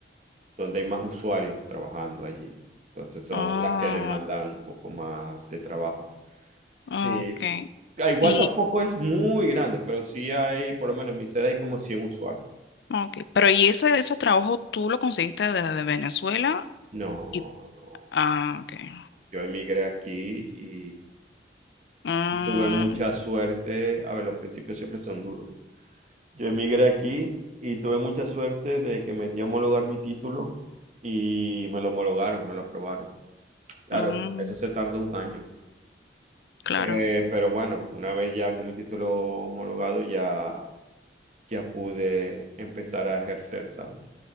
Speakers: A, on the right (about 40°); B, on the left (about 70°).
A: donde hay más usuarios trabajando allí. Entonces son
B: ah,
A: las que demandan un poco más de trabajo. Sí,
B: okay.
A: Ah, igual
B: Y,
A: tampoco es muy grande, pero sí hay, por lo menos en mi sede hay como cien usuarios.
B: okay. Pero ¿y ese, ese trabajo tú lo conseguiste desde Venezuela?
A: No,
B: Y,
A: no.
B: ah, okay.
A: yo emigré aquí y
B: Mm,
A: tuve mucha suerte. A ver, los principios siempre son duros. Yo emigré aquí y tuve mucha suerte de que metí a homologar mi título y me lo homologaron, me lo aprobaron. Claro,
B: mm,
A: eso se tardó un año.
B: claro.
A: Eh, pero bueno, una vez ya con mi título homologado, ya, ya pude empezar a ejercer, ¿sabes?